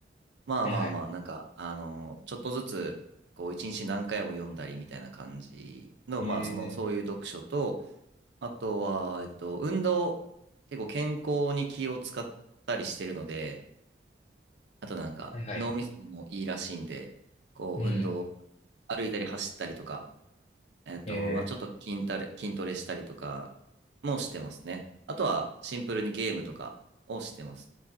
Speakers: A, on the right; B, on the left.
A: まあまあまあ、
B: はいはい。
A: なんか、あの、ちょっとずつ、こう、1日何回も読んだりみたいな感じの、
B: え
A: まあ、その、そういう読書と、あとは、えっと、運動、結構健康に気を使ったりしてるので、あとなんか脳みそにもいいらしいんで、
B: ー、はいはい。
A: こう運動、
B: うん。
A: 歩いたり走ったりとか、えっと、
B: え
A: まあ、ちょっと筋トレ、筋トレしたりとかもしてますね。あとはシンプルにゲームとかをしてます。